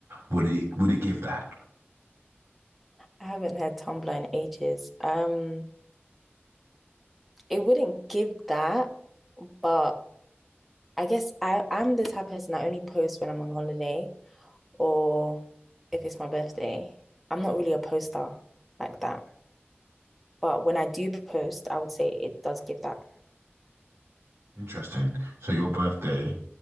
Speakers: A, on the right; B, in the centre.
A: Would it would it give that?
B: I haven't had Tumblr in ages. Um, it wouldn't give that, but I guess I, I'm the type of person I only post when I'm on holiday or if it's my birthday. I'm not really a poster like that. But when I do post, I would say it does give that.
A: Interesting. So your birthday